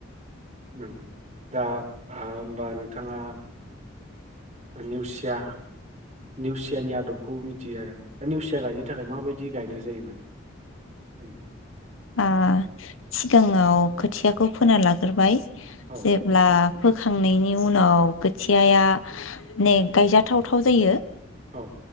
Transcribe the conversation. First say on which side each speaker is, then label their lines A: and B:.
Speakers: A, on the right; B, on the left.
A: नंगौ। दा ओ ओमबा नोंथाङा नेउसिया नेउसियानि आदबखौ मिथ यो आरो दा नेवसिया गायनो थाखाय माबाय दि गायनाय जायोमोन उम?
B: ओ सिगाङाव खोथियाखौ फोना लाग्रोबाय
A: औ
B: जेब्ला फोखांनायनि उनाव खोथियाया ने गायजाथावथाव जायो
A: औ